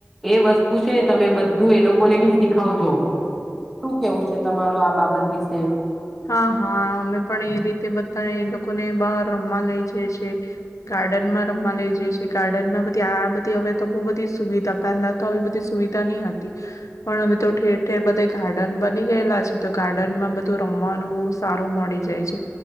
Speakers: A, in the centre; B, on the left.
A: એ વસ્તુ છે તમે બધું એ લોકોને બી શીખાવજો. શું કેવું છે તમારો આ બાબત? વિશે
B: હા, હા અમે પણ એ રીતે બધા ઈ લોકોને બહાર રમવા લઈ જઈ છીએ. ગાર્ડનમાં રમવા લઈ જઈ છી, ગાર્ડનમાં બધી આ બધી હવે તો બહુ બધી સુવિધા પહેલા તો આવી બધી સુવિધા નહી હતી પણ હવે તો ઠેર-ઠેર બધેય ગાર્ડન બની ગયેલા છે, તો ગાર્ડનમાં બધ ધું રમવાનું બહું સારું મળી જાય છે.